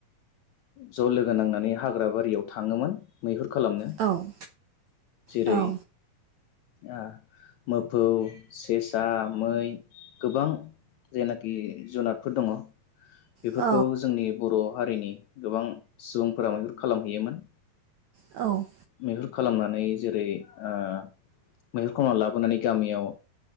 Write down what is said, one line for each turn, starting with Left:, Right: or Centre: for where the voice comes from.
Left: ज' लोगो नांनानै हाग्रा बारियाव थाङोमोन मैहुर खालामनो
Right: औ
Left: जेरै
Right: औ
Left: ओ मोफौ सेसा, मै गोबां जेनाखि जुनारफोर दङ बेफोरखौ
Right: औ
Left: जोंनि बर' हारिनि गोबां सुबुंफोरा मैहुर खालामहैयोमोन।
Right: औ
Left: मैहुर खालामनानै जेरै ओ मैहुर खालामना लाबोनानै गामियाव